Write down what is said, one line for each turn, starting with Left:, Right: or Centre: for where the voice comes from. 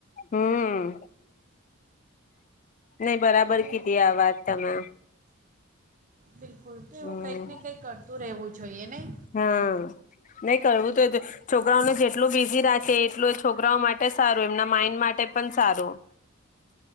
Left: હમ નહી બરાબર
Right: તો
Left: કીધી આ વાત તમે.
Right: બિલકુલ
Left: હમ
Right: તો એવું કંઈક ને કંઈક કર. શું રહેવું જોઈએ નહી?
Left: હા નહી કરવું તો છોકરાઓને જેટલું બિઝી રાખે એટલું છોકરાઓ માટે સારું એમના માઈન્ડ માટે પણ સારું.